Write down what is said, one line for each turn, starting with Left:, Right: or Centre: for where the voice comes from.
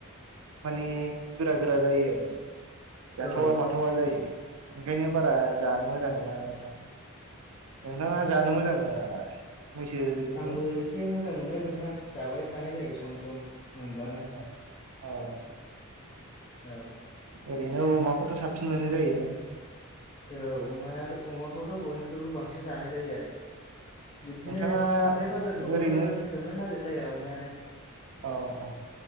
Right: माने गोरा गोरा जायो आरो जाथावा
Left: औ
Right: माथावा जायो ओंखायनो बारा जानो मोजां मोना आरो दा नोंथांङा जानो मोजां मोनो नामा मैसो बेदरखौ
Left: आंबो एसे मोजां मोनो नोंथां जाबाय थानाय जायो सम सम। मोनबानो
Right: औ औ
Left: औ
Right: ओरैनो अमाखौथ' साबसिन मोनो जाहैबाय
Left: औ अमाया अमाखौथ' बयनिखफ्रायबो बांसिन जानाय जायो आरो। बिदिनो
Right: नोंथाङा
Left: हाथाय बाजारफ्रावबो
Right: ओरैनो
Left: थोनो नागिरलाया अमायानो।
Right: औ औ